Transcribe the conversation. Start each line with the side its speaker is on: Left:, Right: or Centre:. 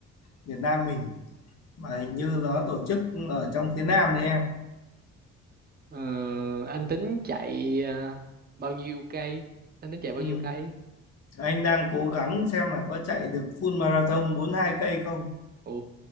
Left: Việt Nam mình mà hình như nó tổ chức ở trong phía Nam đấy em.
Right: Ờ, anh tính chạy ờ, bao nhiêu cây? Anh tính chạy bao
Left: Ừ,
Right: nhiêu cây?
Left: anh đang cố gắng xem là có chạy được full marathon 42 cây không.
Right: Ồ,